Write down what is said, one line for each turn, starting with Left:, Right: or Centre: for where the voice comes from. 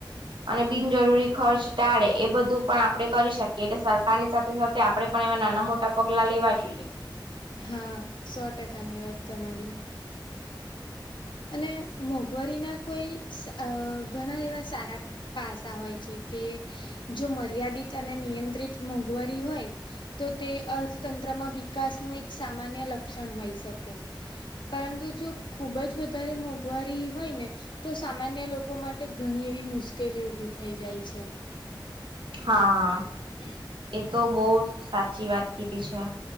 Right: અને બિનજરૂરી ખર્ચ ટાળે એ બધું પણ આપડે કરી શકીએ એટલે સરકારની ની સાથે આપડે પણ એવા નાના મોટા પગલા લેવા જોઈએ.
Left: હા સો ટકાની વાત તમારી. અને મોંઘવારી ના કોઈ સ અહ ઘણા એવા સારા પાસા હોય છે કે જો મર્યાદિત અને નિયંત્રિત મોંઘવારી હોય તો તે અર્થતંત્રમાં વિકાસનું એક સામાન્ય લક્ષણ હોઈ શકે. પરંતુ જો ખુબ જ વધારે મોંઘવારી હોય ને તો સામાન્ય લોકો માટે ઘણી એવી મુશ્કેલી ઊભી થઈ જાય છે.
Right: હા.
Left: <unintelligible>
Right: એ તો બહુ સાચી વાત કીધી છે આ.